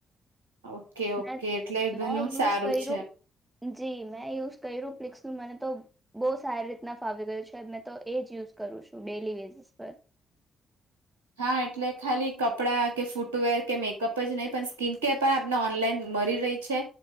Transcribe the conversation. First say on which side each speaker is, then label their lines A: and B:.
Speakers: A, on the right; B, on the right.
A: ઓકે ઓકે
B: મેં
A: એટલે ઘણું
B: મેં
A: સારું
B: યુઝ કર્યું
A: છે.
B: જી મેં યુઝ કર્યુ પ્લિક્સનુ મને તો બહુ સારી રીતના ફાવી ગયું છે. મેં તો એ જ યુઝ કરું છું ડેલી બેઝિસ પર.
A: હા એટલે ખાલી કપડા કે, ફૂટવેર કે, મેકઅપ જ નહીં પણ સ્કીનકેર પણ આપને ઓનલાઈન મળી રહી છે.